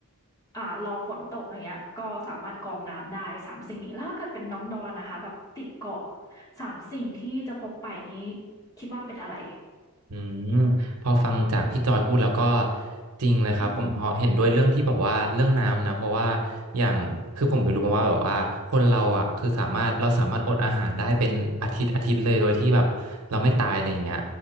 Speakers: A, on the left; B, on the right.
A: อ่ารอฝนตกอย่างเงี้ยก็สามารถกรองน้ำได้3สิ่งนี้แล้วถ้าเกิดเป็นน้องดอนนะคะแบบติดเกาะ3สิ่งที่จะพกไปนี้คิดว่าเป็นอะไร
B: อืมพอฟังจากพี่จอยพูดแล้วก็จริงเลยครับผมเห็นด้วยเรื่องที่แบบว่าเรื่องน้ำนะเพราะว่า
A: อืม
B: อย่างคือผมไปรู้มาว่าแบบว่าคนเราอ่ะคือสามารถเราสามารถอดอาหารได้เป็นอาทิตย์อาทิตย์เลยโดยที่แบบเราไม่ตายอะไรอย่างเงี้ย